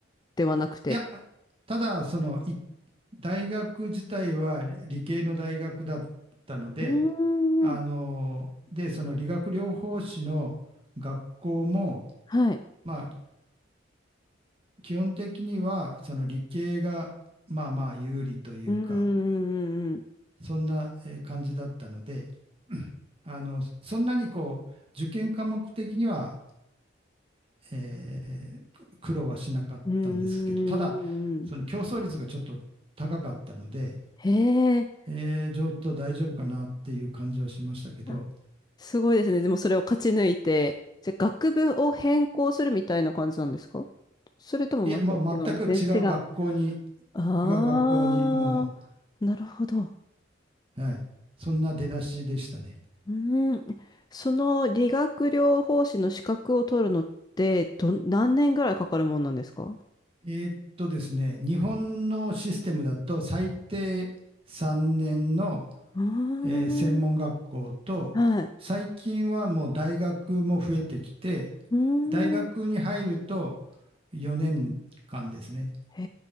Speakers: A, on the left; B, on the right.
A: ではなくて。
B: いや、ただ、その、い大学自体は理系の大学だったので、
A: うーん。
B: あの、で、その理学療法士の学校も、
A: はい。
B: まあ、基本的には、その理系が、まあまあ有利というか、
A: うーん。う
B: そんなえー感じだったので、<clears throat> あの、そんなにこう、受験科目的にはえー苦労はしなかったんですけど、
A: ーん。
B: ただ、その競争率がちょっと高かったので、
A: へえ。
B: えーちょっと大丈夫かなっていう感じはしましたけど、
A: あすごいですね。でもそれを勝ち抜いて、じゃあ学部を変更するみたいな感じなんですかそれともまた違うんで全ね違う。
B: いや、もう全く違う学校に、
A: ああ、
B: 違う学校に、も
A: なるほど。
B: う、はい、そんな出だしでしたね。
A: うーん、その理学療法士の資格を取るのってど、何年ぐらいかかるもんなんですか
B: えーっとですね、日本のシステムだと、最低3年の、
A: うー
B: えー専門学校と、
A: ん、はい。
B: 最近はもう大学も増えてきて、
A: うー
B: 大学に入ると
A: ん、
B: 4年間ですね、
A: へ